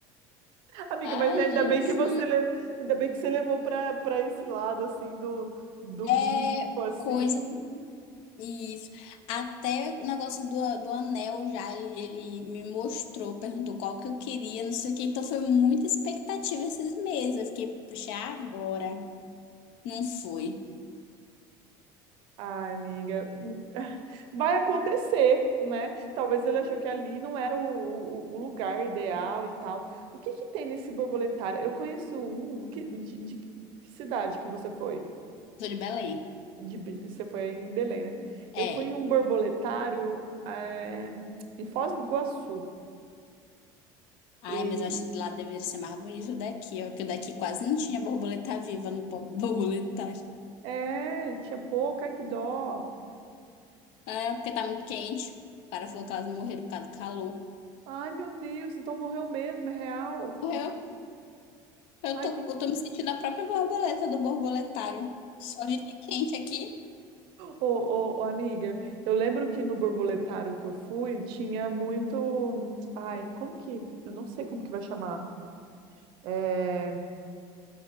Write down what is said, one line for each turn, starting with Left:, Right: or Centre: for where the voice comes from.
Right: Amiga,
Left: Ai,
Right: mas ainda
Left: Jesus.
Right: bem que você le- ainda bem que você levou para para esse lado assim do do
Left: É
Right: mico assim.
Left: coisa. Isso. Até o negócio do, do anel já, ele, ele me mostrou, perguntou qual que eu queria, não sei o que. Então foi muita expectativa esses meses. Eu fiquei, puxa, agora. Não fui.
Right: Ai, amiga, <laughs> vai acontecer, né? Talvez ele achou que ali não era o, o, o lugar ideal e tal. O que que tem nesse borboletário? Eu conheço um, que, de, de que cidade que você foi?
Left: Sou de Belém.
Right: De Be- você foi em Belém, né? Eu
Left: É.
Right: fui em um borboletário eh, em Foz do Iguaçu.
Left: Ai,
Right: E,
Left: mas eu acho que lá deveria ser mais bonito daqui, ó. Porque daqui quase não tinha borboleta viva no pobre <laughs> borboletário.
Right: é, tinha pouco, ai que dó.
Left: É, porque tá muito quente. O cara falou que elas morreram por causa do calor.
Right: Ai, meu Deus, então morreu mesmo, é real.
Left: Morreu. Eu
Right: Ai,
Left: tô,
Right: que
Left: eu tô me sentindo a própria borboleta do borboletário. Só vive quente aqui.
Right: Ô, ô, ô, amiga, eu lembro que no borboletário que eu fui tinha muito. Ai, como que. Eu não sei como que vai chamar. É...